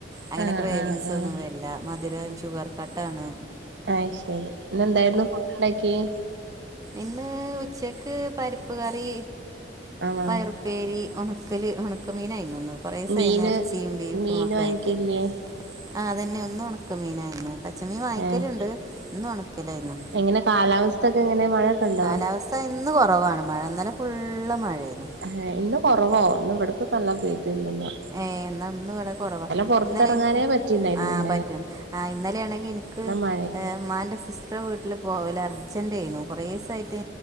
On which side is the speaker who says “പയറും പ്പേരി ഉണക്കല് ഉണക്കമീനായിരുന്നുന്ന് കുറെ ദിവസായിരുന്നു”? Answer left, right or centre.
Right